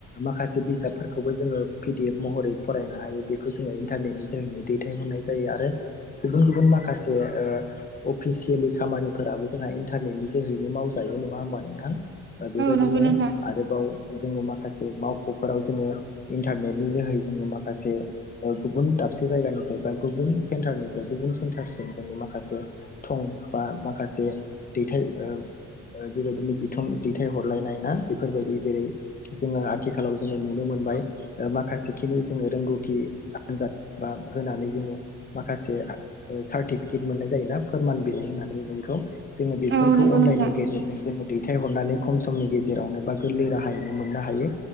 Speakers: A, on the left; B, on the right.
A: माखासे बिजाबफोरखौबो जोङो पिडि एफ महरै फरायनो हायो। बेखौ जोङो इन्टारनेटनि जोहैनो दैथायहरनाय जायो आरो गुबुन गुबुन माखासे ओ अफिसियेलि खामानिफोराबो जोंहा इन्टारनेटनि जोहैनो मावजायो। दायो नङा होमबा नोंथां! बेबायदिनो
B: औ नंगौ नोंथां
A: आरोबाव जोङो माखासे मावख'फोराव जोङो इन्टारनेटनि जोहै जोङो माखासे ओ गुबुन दाबसे जायगानिफ्राय बा गुबन सेन्टारनिफाय गुबुन सेन्टारसिम ज माखासे थं बा मा खासे दैथाय ओ ओबेबायदिनो बिथं दैथाय हरलायनाय ना बेफोरबायदि जेरै जोङो आथिखालाव जोङो नुनो मोनबाय माखासेखिनि जोङो रोंगौथि आनजाद बा होनानै जोङो माखासे सारटिफिके मोननाय जायोना फोरमान बिलाइ होन्नानै बुङो बेफोरखौ
B: औ नंगौ
A: अनलाइ
B: नोंथां
A: गेजेरजों जोङो दैथहरनानै खम समनि गेजेरावनो बा गोरलै राहायैनो मोननो हायो